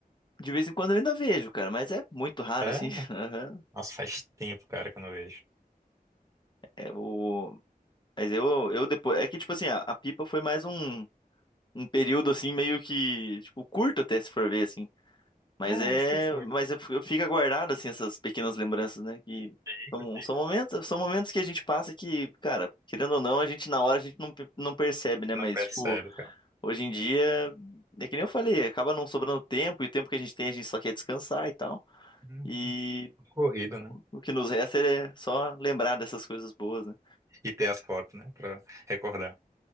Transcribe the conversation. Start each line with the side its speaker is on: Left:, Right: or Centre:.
Left: de vez em quando eu ainda vejo, cara, mas é muito raro,
Right: É,
Left: assim. <laughs> Aham.
Right: nossa, faz tempo, cara, que eu não vejo.
Left: É o... Mas eu, eu depois. É que, tipo assim, a, a pipa foi mais um, um período, assim, meio que, tipo, curto até se for ver, assim. Mas
Right: É,
Left: é.
Right: acho que foi.
Left: Mas é- fica guardado, assim, essas pequenas lembranças, né? Que
Right: Fica,
Left: são,
Right: fica.
Left: são momentos, são momentos que a gente passa que, cara, querendo ou não, a gente na hora a gente não, pe- não percebe, né?
Right: Não
Left: Mas,
Right: percebe,
Left: tipo.
Right: cara.
Left: Hoje em dia, é que nem eu falei, acaba não sobrando tempo, e o tempo que a gente tem a gente só quer descansar e tal.
Right: Uhum.
Left: E
Right: Corrido, né?
Left: o que nos resta é só lembrar dessas coisas boas, né?
Right: E ter as fotos, né, Pra recordar.